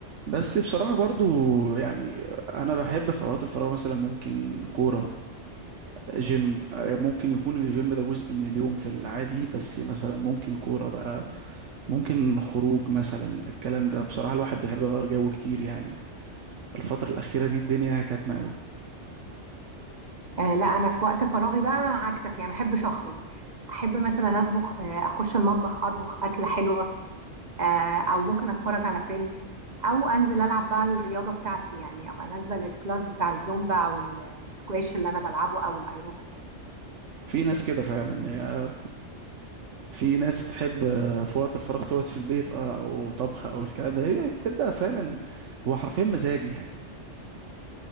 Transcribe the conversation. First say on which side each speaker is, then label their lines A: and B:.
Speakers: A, on the right; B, on the right.
A: بس بصراحة برضو يعني أنا بحب في أوقات الفراغ مثلا ممكن كورة جيم ممكن يكون الجيم ده جزء من اليوم في العادي بس مثلا ممكن كورة بقى ممكن خروج مثلا الكلام ده بصراحة الواحد بيحب يغير جو كتير يعني الفترة الأخيرة دي الدنيا كاتمة قوي
B: آه لا انا في وقت فراغي بقى عكسك يعني ما بحبش اخرج احب مثلا اطبخ آه اخش المطبخ اطبخ اكله حلوه آه او ممكن اتفرج على فيلم او انزل العب بقى الرياضه بتاعتي يعني ابقى نازله للكلاس بتاع الزومبا او ال- السكواش اللي انا بلعبه او الايروبكس
A: في ناس كده فعلا يا- في ناس تحب في وقت الفراغ تقعد في البيت اه أو طبخ أو الكلام ده هي بتبقى فعلا هو حرفيا مزاجي يعني